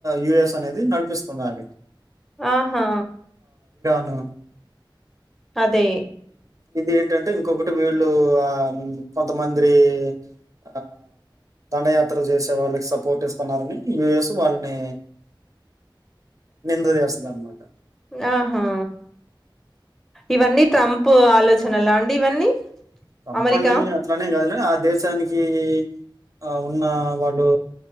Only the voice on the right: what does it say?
యుఎస్ అనేది నడిపిస్తున్నాది
అ
ఇది ఏంటంటే ఇంకొకటి వీళ్ళు ఆ కొంతమంద్రి ఆ దండయాత్ర చేసే వాళ్ళకి సపోర్ట్ ఇస్తున్నారని యు ఎస్ వాళ్ళని నింద చేస్తుంది అనమాట
పంపండి
అట్లనే కాదులె ఆ దేశానికి ఆ ఉన్న వాళ్ళు